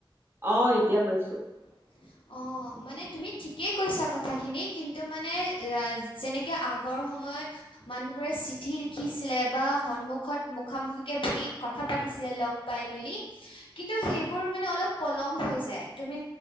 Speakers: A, on the right; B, on the left.
A: অ, এতিয়া পাইছোঁ।
B: <inaudible> অ, মানে তুমি ঠিকেই কৈছা কথাখিনি, কিন্তু মানে যেনেকৈ আগৰ সময়ত মানুহবোৰে চিঠি লিখিছিলে বা সন্মুখত মুখামুখিকে বহি কথা পাতিছিলে। লগ পাই মেলি, কিন্তু সেইবোৰ মানে অলপ পলম হৈ যায়। তুমি